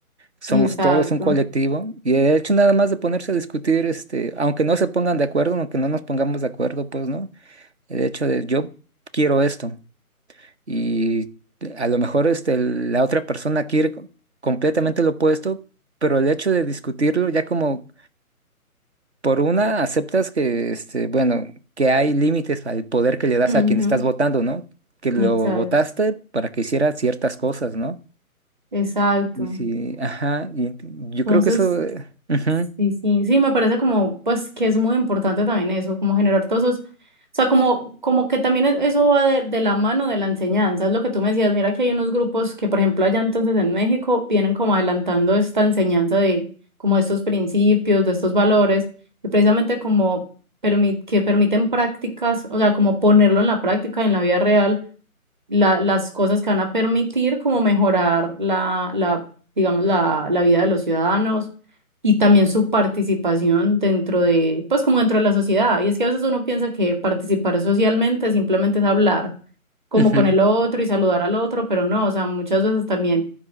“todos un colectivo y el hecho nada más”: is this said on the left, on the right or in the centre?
Right